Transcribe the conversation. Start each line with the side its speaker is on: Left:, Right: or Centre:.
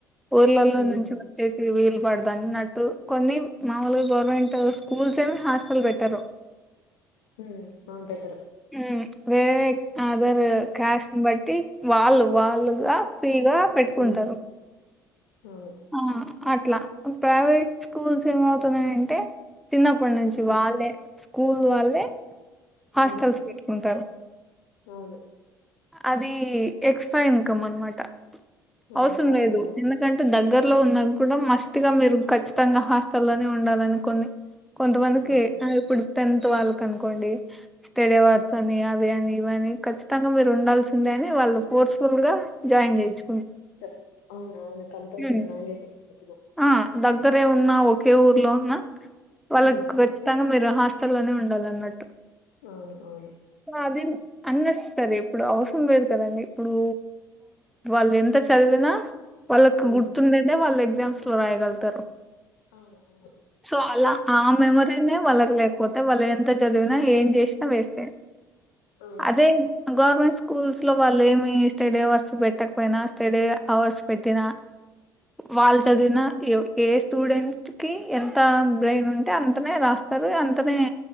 Centre: ఊర్లలో
Left: ఉమ్,
Centre: నుంచి వచ్చేసి వీళ్ పడదన్నట్టు కొన్ని మామూలుగా గవర్నమెంట్ స్కూల్స్ ఏమి హాస్టల్ పెట్టరు
Left: ఊ అవును పెటరు
Centre: ఊ వేరే అదర్ క్యాష్ట్ ని బట్టి వాళ్ళు వాళ్ళుగా ఫ్రీ గా పెట్టుకుంటారు
Left: ఉమ్, అవును
Centre: ఆ! అట్లా ప్రైవేట్ స్కూల్స్ ఏమవుతున్నాయంటే చిన్నప్పటి నుంచి
Left: ఉమ్,
Centre: వాళ్ళే స్కూల్ వాళ్ళే హాస్టల్స్
Left: ఉమ్,
Centre: పెట్టుకుంటారు
Left: అవును
Centre: అది ఎక్స్ట్రా ఇన్కమ్ అనమాట
Left: అవును
Centre: అవసరం
Left: వాళ్ళకి
Centre: లేదు
Left: అది
Centre: ఎందుకంటే అంటే దగ్గరలో ఉన్నా కూడా మస్ట్గా మీరు ఖచ్చితంగా హాస్టల్లోనే ఉండాలని కొన్ని కొంతమందికి
Left: ఉమ్,
Centre: ఆ ఇప్పుడు టెన్త్ వాళ్ళకి అనుకోండి తెడేవార్స్ అని అవి అని ఇవ అని ఖచ్చితంగా మీరు ఉండాల్సిందే అని వాళ్ళు ఫోర్స్ఫుల్ గా జాయిన్ చేయచ్చు
Left: చె అవును అవును కంపల్సరి
Centre: ఉమ్.
Left: మండేటరీ పెట్టుకో
Centre: ఆ దగ్గరే ఉన్న ఒకే ఊర్లో ఉన్న వాళ్ళకి
Left: ఉమ్
Centre: ఖచ్చితంగా మీరు హాస్టల్లోనే ఉండాలి అన్నమాట్టు
Left: అవును అవును
Centre: అది అన్నేసెస్సరీ ఇప్పుడు అవసరం లేదు కదండి ఇప్పుడు వాళ్ళు ఎంత చదివ నా వాళ్ళకి
Left: ఉమ్
Centre: గుర్తుండేదే వాళ్ళు ఎగ్జామ్స్ లో రాయగలుతారు
Left: అవును అవును
Centre: సో అలా ఆ మెమరీ నే వాళ్ళకి లేకపోతే వాళ్ళు ఎంత చదివినా ఏం చేస్ వేేస్టే
Left: అవును
Centre: అదే గవర్మెంట్ స్కూల్స్ లో వాళ్ళు ఏమి స్టడీ అవర్స్ పెట్టకపోయినా స్టడీ అవర్స్ పెట్టినా వాల్ చదివిన ఏ స్టూడెంట్ కి ఎంత బ్రెయిన్ ఉంటే అంతనే రాస్తారు అంతనే ఏ